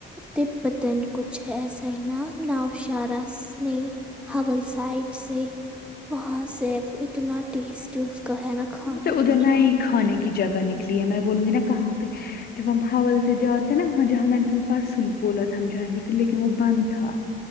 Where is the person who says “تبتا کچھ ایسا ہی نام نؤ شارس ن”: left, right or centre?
Centre